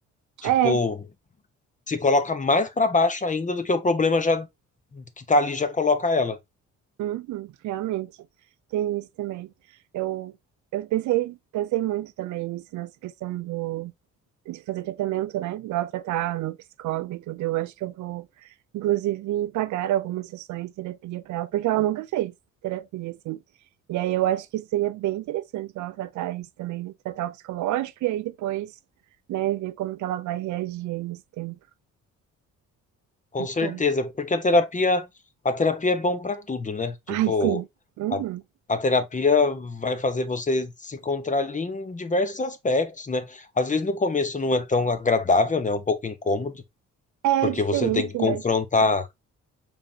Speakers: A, on the left; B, on the right.
A: Tipo,
B: É,
A: se coloca mais pra baixo ainda do que o problema já que tá ali já coloca ela.
B: uhum, realmente. Tem isso também. Eu, eu pensei, pensei muito também nisso, nessa questão do. de fazer tratamento, né? Igual tratar no psicólogo e tudo. Eu acho que eu vou, inclusive, pagar algumas sessões de terapia para ela, porque ela nunca fez terapia, assim. E aí eu acho que seria bem interessante ela tratar isso também, né? tratar o psicológico e aí depois, né, ver como que ela vai reagir aí nesse tempo.
A: Com
B: Muito
A: certeza,
B: bom.
A: porque a terapia, a terapia é bom para tudo, né? Tipo,
B: Ai, sim. Uhum.
A: a, a terapia vai fazer você se encontrar ali em diversos aspectos, né? Às vezes no começo não é tão agradável, né? É Um pouco incômodo,
B: É
A: porque
B: diferente,
A: você tem que confrontar,
B: né?